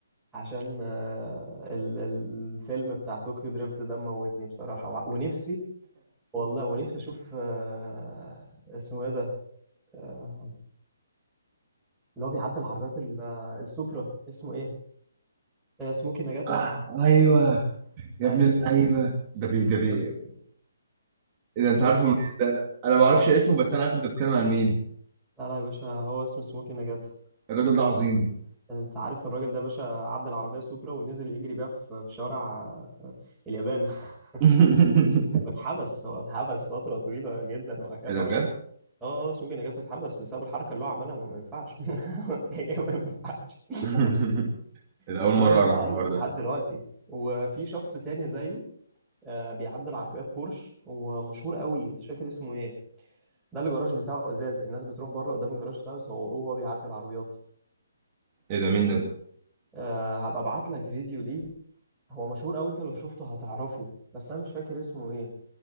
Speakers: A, in the centre; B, on the right (about 20°).
A: عشان آه، ال- الفيلم بتاع طوكيو دريفت ده موتني بصراحة وع- ونفسي والله ونفسي اشوف آه، اسمه ايه ده آه، اللي هو بيعدل العربيات ال- آه، السوبرا اسمه ايه آه، سموكي نجاتا
B: آه ايوه
A: مم.
B: يا
A: ايوه
B: ابن اللعيبة ده بي ده بي
A: نفسي
B: اذا انت
A: قول
B: عارفه
A: لي
B: من
A: بقى.
B: ده انا ما اعرفش اسمه بس انا عارف انت بتتكلم عن مين
A: لا لا يا باشا هو اسمه سموكي نجاتا
B: الراجل ده عظيم
A: انت عارف الراجل ده يا باشا عدى العربيه سوبرا ونزل يجري بيها في في شارع آه، اليابان <laughs>
B: <laughs>
A: واتحبس هو اتحبس فتره طويله جدا وبعد كده
B: ايه
A: خرج
B: ده بجد
A: اه آه، سموكي نجاتا اتحبس بسبب الحركه اللي هو عملها ما هو ما ينفعش <laughs> يعني ما ينفعش
B: <laughs> ايه ده
A: بس
B: اول مره
A: هو لسه
B: اعرف
A: عايش
B: الحوار ده
A: لحد دلوقتي وفي شخص تاني زيه آه، بيعدي العربيات بورش ومشهور قوي بس مش فاكر اسمه ايه ده اللي الجراج بتاعه ازاز الناس بتروح بره قدام الجراج بتاعه يصوروه وهو بيعدي العربيات
B: ايه ده مين ده
A: أه هبقى ابعت لك فيديو ليه هو مشهور قوي انت لو شفته هتعرفه بس انا مش فاكر اسمه ايه